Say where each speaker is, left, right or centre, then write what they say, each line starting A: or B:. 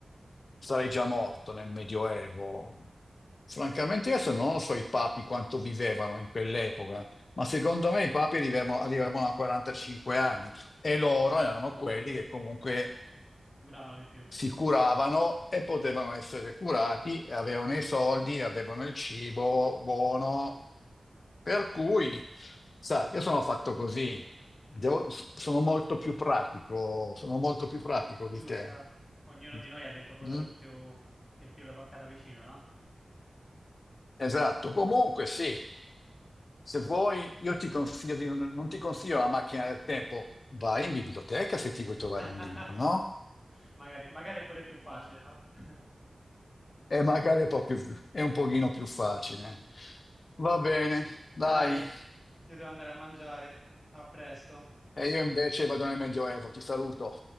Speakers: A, on the left; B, on the left.
A: sarei già morto nel Medioevo. Francamente, adesso non lo so i papi quanto vivevano in quell'epoca, ma secondo me i papi arrivavano, arrivavano a 45 anni e loro erano quelli che comunque
B: Duravano di più.
A: si curavano e potevano essere curati, e avevano i soldi, avevano il cibo buono. Per cui, sa, io sono fatto così, Devo- sono molto più pratico, sono molto più pratico di
B: Giusta.
A: te.
B: Ognuno
A: Mm?
B: di noi ha detto quello
A: Mm?
B: che più, che più lo tocca da vicino, no?
A: Esatto, comunque sì, se vuoi io ti consiglio di, non, non ti consiglio la macchina del tempo, vai in biblioteca se ti vuoi trovare
B: <laughs>
A: un libro, no?
B: Magari, magari è pure più facile, no? <laughs>
A: E magari è, proprio, è un pochino più facile. Va bene, dai,
B: Dai, io devo andare a mangiare. A presto.
A: e io invece vado nel Medioevo, ti saluto.